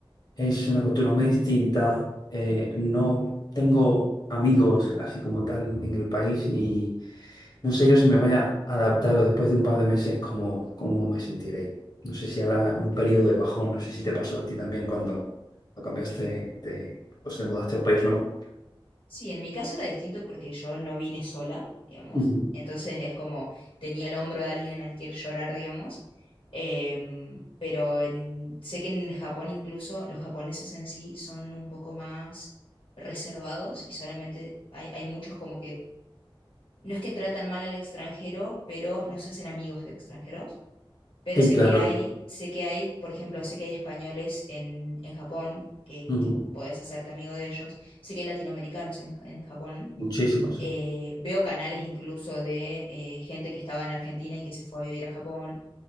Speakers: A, on the left (about 50°); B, on the left (about 75°).
A: es una cultura muy distinta. eh,
B: Sí.
A: no tengo amigos así como tal en el país y no sé yo si me vaya a adaptar o después de un par de meses cómo, cómo me sentiré. No sé si habrá un periodo de bajón, no sé si te pasó a ti también cuando lo cambiaste, de, pues te mudaste a un país nuevo.
B: Sí, en mi caso era distinto porque yo no vine sola, digamos.
A: Ujú.
B: Entonces es como tenía el hombro de alguien al que llorar, digamos. Em, pero en- sé que en Japón incluso los japoneses en sí son un poco más reservados y solamente hay, hay muchos como que no es que tratan mal al extranjero, pero no se hacen amigos de extranjeros. pero
A: Sí,
B: sé
A: claro.
B: que hay, sé que hay, por ejemplo, sé que hay españoles en, en Japón que,
A: Ujú.
B: que podés hacerte amigo de ellos, sé que hay latinoamericanos en, en Japón.
A: Muchísimo, sí.
B: Eh, veo canales incluso de eh, gente que estaba en Argentina y que se fue a vivir a Japón,